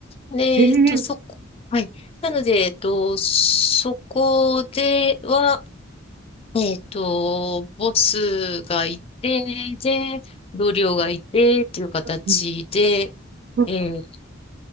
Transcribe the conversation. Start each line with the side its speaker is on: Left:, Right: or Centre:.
Left: で、えっと、
Right: へえ。
Left: そこ、はい。なので、えっと、そこでは、えっと、ボスがいて、で、同僚がいて、っていう形で、
Right: うんうん
Left: えー